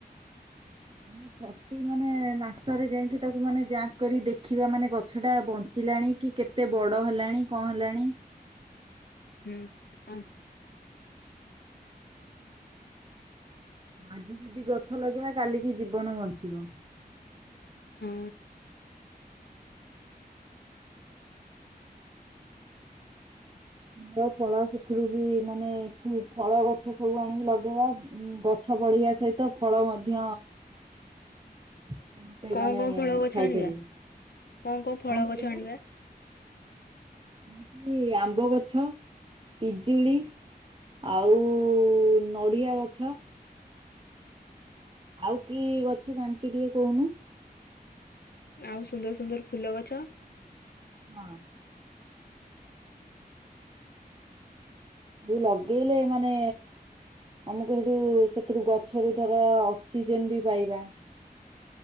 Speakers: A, on the right; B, on the left.
A: ମାନେ ପ୍ରତି ମାନେ ମାସରେ ଯାଇକି ତାକୁ ମାନେ ଯାଞ୍ଚ୍ କରି ଦେଖିବା ମାନେ ଗଛଟା ବଞ୍ଚି ଲାଣି କି କେତେ ବଡ଼ ହେଲାଣି କଣ ହେଲାଣି।
B: ହୁଁ ହଁ।
A: ଆଜିଯଦି ଗଛ ଲଗେଇବା କାଲିକି ଜୀବନ ବଞ୍ଚିବ।
B: ହୁଁ
A: ଫୁଲ ଫଳ ସେଥିରୁ ବି ମାନେ ଫୁ ଫଳଗଛ ସବୁ ଆଣିକି ଲଗେଇବା ଗଛ। ଗଛ ବଢିବା ସହିତ ଫଳ ମଧ୍ୟ। ସମସ୍ତେ
B: କଣ
A: ମାନେ
B: କଣ ଫଳ ଗଛ
A: ଖାଇପାରିବେ
B: ଆଣିବା? କଣ ଫଳ
A: କଣ
B: ଗଛ
A: କହିଲୁ?
B: ଆଣିବା
A: ମୁଁ କହିଲି ଆମ୍ବ ଗଛ ପିଜୁଳି। ଆଉ ନଡିଆ ଗଛ। ଆଉ କି ଗଛ ଜାଣିଚୁ ଟିକେ କହୁନୁ।
B: ଆଉ ସୁନ୍ଦର ସୁନ୍ଦର ଫୁଲ ଗଛ।
A: ହଁ। ଯୋଉ ଲଗେଇଲେ ମାନେ। ଆମକୁ ସେଠୁ ସେଥିରୁ ଗଛରୁ ଧର ଅକ୍ସିଜେନ ବି ପାଇବା।